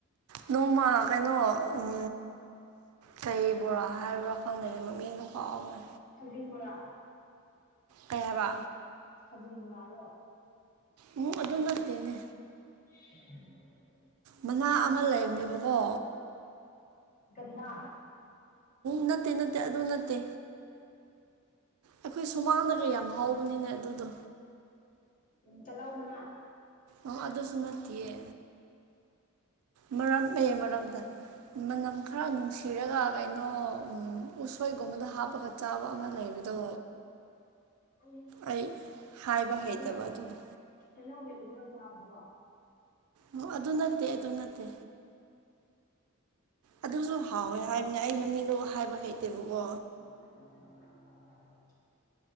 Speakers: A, on the right; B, on the left.
A: ꯅꯣꯡꯃ ꯀꯩꯅꯣ ꯎꯝ ꯀꯩ ꯕꯣꯔꯥ ꯍꯥꯏꯕ꯭ꯔꯥ ꯈꯪꯗꯦꯅꯦ ꯃꯃꯤꯡꯗꯣ ꯀꯥꯎꯒ꯭ꯔꯦ
B: ꯈꯖꯤꯡ ꯕꯣꯔꯥ
A: ꯀꯩ ꯍꯥꯏꯕ
B: ꯈꯖꯤꯟ ꯕꯣꯔꯥꯔꯣ
A: ꯎꯪ ꯑꯗꯨ ꯅꯠꯇꯦꯅꯦ
B: <unintelligible>
A: ꯃꯅꯥ ꯑꯃ ꯂꯩꯕꯅꯦꯕꯀꯣ
B: ꯒꯟꯖꯥ
A: ꯅꯠꯇꯦ ꯅꯠꯇꯦ ꯑꯗꯨ ꯅꯠꯇꯦ ꯑꯩꯈꯣꯏ ꯁꯨꯃꯥꯡꯗꯒ ꯌꯥꯝ ꯍꯧꯕꯅꯤꯅꯦ ꯑꯗꯨꯗꯣ
B: ꯎꯝ ꯇꯤꯜꯂꯧ ꯃꯅꯥ
A: ꯑꯣ ꯑꯗꯨꯁꯨ ꯅꯠꯇꯤꯌꯦ ꯃꯔꯝꯃꯦ ꯃꯔꯝꯗ ꯃꯅꯝ ꯈꯔ ꯅꯨꯡꯁꯤꯔꯒꯥ ꯀꯩꯅꯣ ꯎꯝ ꯎꯁꯣꯏꯒꯨꯝꯕꯗ ꯍꯥꯞꯄꯒ ꯆꯥꯕ ꯑꯃ ꯂꯩꯕꯗꯣ
B: ꯎꯝ
A: ꯑꯩ ꯍꯥꯏꯕ ꯍꯩꯇꯕ
B: ꯍꯩꯅꯧ
A: ꯑꯗꯨꯗꯣ
B: ꯍꯩꯅꯧ ꯑꯃꯦꯠꯄꯗꯨꯒꯥ ꯆꯥꯕꯗꯨꯔꯣ
A: ꯑꯣ ꯑꯗꯨ ꯅꯠꯇꯦ ꯑꯗꯨ ꯅꯠꯇꯦ ꯑꯗꯨꯁꯨ ꯍꯥꯎꯋꯦ ꯍꯥꯏ ꯅꯦ ꯑꯩ ꯃꯃꯤꯡꯗꯣ ꯍꯥꯏꯕ ꯍꯩꯇꯦꯕꯀꯣ
B: <inaudible>